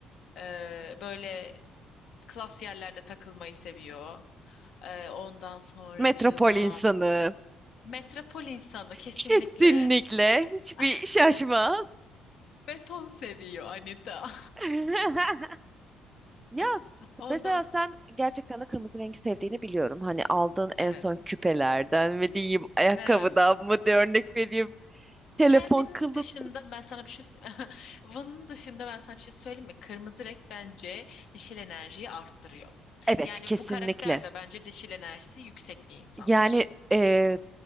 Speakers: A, on the left (about 60°); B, on the right (about 20°).
A: E, böyle klas yerlerde takılmayı seviyor. E, ondan sonracığıma
B: Metropol insanı.
A: metropol insanı kesinlikle.
B: Kesinlikle. Hiçbir
A: <laughs>
B: şaşma.
A: Beton seviyor Anita.
B: <laughs> Ya
A: <laughs>
B: mesela
A: Ondan.
B: sen gerçekten de kırmızı rengi sevdiğini biliyorum. Hani aldığın en
A: Evet.
B: son küpelerden mi diyeyim, ayakkabıdan
A: Evet.
B: mı diye örnek vereyim. Telefon
A: Kendim
B: kılıf.
A: dışında ben sana bir şey sö- <laughs> bunun dışında ben sana bir şey söyleyeyim mi? Kırmızı renk bence dişil enerjiyi arttırıyor.
B: Evet,
A: Yani
B: kesinlikle.
A: bu karakter de bence dişil enerjisi yüksek bir insandır.
B: Yani eee,